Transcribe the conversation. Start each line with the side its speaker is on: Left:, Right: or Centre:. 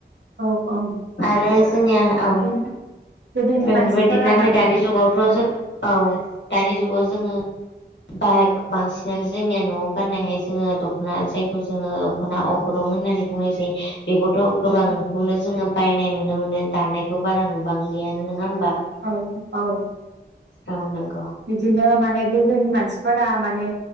Right: औ औ
Left: आरो जोंनिया औ
Right: बिदिनो गोदोनि
Left: बेफोरबायदि
Right: मानसिफोरा
Left: नाथाय
Right: माने
Left: दानि जुगावथ'
Right: औ
Left: जों औ दानि जुगाव जोङो बा बांसिनानो जोंनिया न'आव गाननायहाय जोङो दख'ना जायखौ जोङो दखना अग्रं होननानै बुंनाय जायो बेखौथ'
Right: औ
Left: गोबांखौनो जोङो बायनाय नुनो मोनो दानायखौ बारा नुबांलियानो नङा होमबा।
Right: औ औ।
Left: औ नंगौ।
Right: बिदिनो माने गोदोनि मानसिफोरा माने